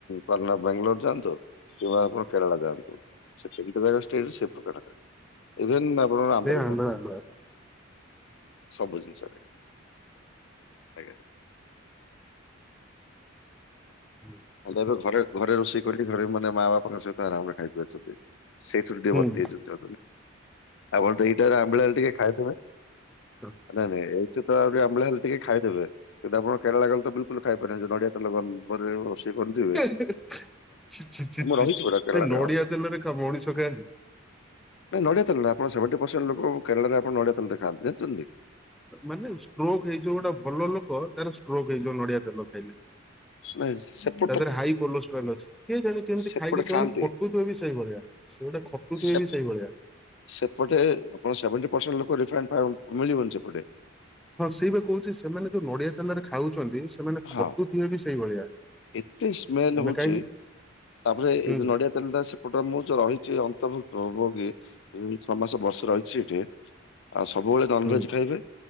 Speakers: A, on the left; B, in the centre.
A: କରନା ବାଙ୍ଗାଲୋର ଯାଆନ୍ତୁ ସେ ଆପଣ କେରଳ ଯାଆନ୍ତୁ ସେ <unintelligible> ଇଭେନ ଆପଣଙ୍କର
B: ଖାଲି
A: ଆନ୍ଧ୍ର
B: ଆମ୍ବିଳା
A: ମଧ୍ୟ
B: ଆମ୍ବିଳା
A: ସବୁ ଜିନିଷରେ ଆଜ୍ଞା।
B: ହୁଁ।
A: ଆଉ ଘରେ ଘରେ ରୋଷେଇ କରି ଧ ମାନେ ମା ବାପାଙ୍କ ସହିତ ଆରାମରେ ଖାଇ ପାରୁଚନ୍ତି। ସେଇଠୁ ଟିକେ
B: ହୁଁ
A: ବର୍ତ୍ତି ଯାଇଚନ୍ତି ଆପଣ ତ ଏଇଟ ଆମ୍ବିଳା ଟିକେ ଖାଇଥବେ
B: ହ
A: ନାଇଁ ନାଇଁ ଏଇଠି ତ ଆହୁରି ଆମ୍ ହେଲେ ଟିକେ ଖାଇଦେବେ। କିନ୍ତୁ ଆପଣ କେରଳ ଗାଲେ ତ ବିଲକୁଲ ଖାଇପାରିବେ ନଡିଆ ତେଲ ବନେଇବ। <unintelligible>
B: ଛି, ଛି, ଛି, ଛି
A: ରହିଛି
B: ସେ
A: ପୁରା କେରଳାରେ
B: ନଡ଼ିଆ
A: ଆଉ।
B: ତେଲରେ ଖା ମଣିଷ ଖାଆନ୍ତି।
A: ନାଇଁ ନଡ଼ିଆ ତେଲରେ ଆପଣ ସେଭଣ୍ଟି ପର୍ସେଣ୍ଟ ଲୋକ କେରଳରେ ଆପଣ ନଡ଼ିଆ ତେଲରେ ଖାଆନ୍ତି ଯାଣିଛନ୍ତି?
B: ମାନେ ଷ୍ଟ୍ରୋକ୍ ହେଇଯିବ ଗୋଟେ ଭଲ ଲୋକ ତାର ଷ୍ଟ୍ରୋକ୍ ହେଇଯିବ ନଡିଆ ତେଲ ଖାଇଲେ।
A: ନାଁଇ <unintelligible>
B: ତା ଦେହରେ ହାଇ କୋଲୋଷ୍ଟ୍ରାଲ ଅଛି କିଏ ଜାଣେ କେମିତି
A: ସେପଟେ
B: ଖାଇକି ସେମାନେ
A: ଖାଆନ୍ତି।
B: ଖଟୁଥିବେ ବି ସେଇଭଳିଆ। ସେ ଗୋଟେ ଖଟୁଥିବେ
A: ସେ
B: ବି ସେଇଭଳିଆ।
A: ସେପଟେ ଆପଣ ସେଭେଣ୍ଟି ପରସେଣ୍ଟ ଲୋକ ରିଫାଇନ୍ ତ ଆଉ ମିଳିବନି ସେପଟେ।
B: ହଁ ସେଇପା କହୁଛି ସେମାନେ ଯୋଉ ନଡିଆ ତେଲରେ ଖାଉଛନ୍ତି ସେମାନେ
A: ହଁ
B: ଖଟୁଥିବେ ବି ସେଇଭଳିଆ।
A: ଏତେ ସ୍ମେଲ
B: ଆମେ
A: ହଉଛି
B: କାହିଁକି
A: ତାପରେ
B: ହୁଁ
A: ଏ ଯୋଉ ନଡିଆ ତେଲଟା ସେପଟ ମୁଁ ଯୋଉ ରହିଛି ଅନ୍ତର୍ଭୁକ୍ତ ଭୋଗୀ ଏଇ ଛଅ ମାସ ବର୍ଷେ ରହିଛି ଏଠି। ଆଉ ସବୁବେଳେ ନନ୍ଭେଜ୍
B: ହୁଁ।
A: ଖାଇବେ